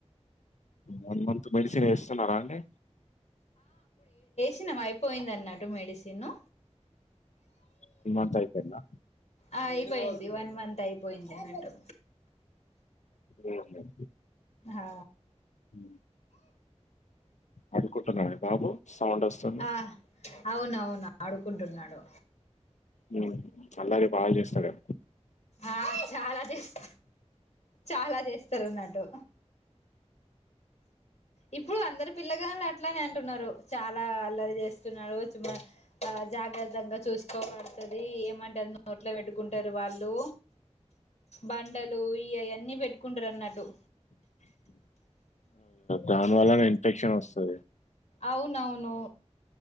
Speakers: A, on the left (about 85°); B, on the left (about 65°).
A: వన్ మంత్ మెడిసెనేస్తున్నారా అండి
B: తున్నం అయిపోయిందన్నట్టు మెడిసిను
A: వన్ మంత్ అయిపోయిందా
B: ఆ అయ్ పోయింది వన్ మంత్ అయ్ పోయింది అన్నట్టు
A: ఉమ్.
B: ఆ
A: ఉమ్ అడుకుంటున్నాడా బాబు సౌండొస్తుంది
B: ఆ అవునవును ఆడుకుంటున్నాడు
A: ఉమ్. అల్లరి బాగ్ జేస్తాడేమో
B: ఆ చాలా చేస్త చాలా చేస్తరున్నట్టు ఇప్పుడు అందరు పిల్లగాల్లు అట్లనే అంటున్నారు చాల్ ల అల్లరి చేస్తున్నాడు చుమ్మ అ జాగ్రత్తంగా చూసుకోబడుతది ఏమంటే అది నోట్లో పెట్టుకుంటరు వాళ్ళు బండలు ఇయయన్నీ పెట్టు కుంటురన్నట్టు
A: దాన వల్లనే ఇన్ఫెక్షన్ వస్తది
B: అవునవును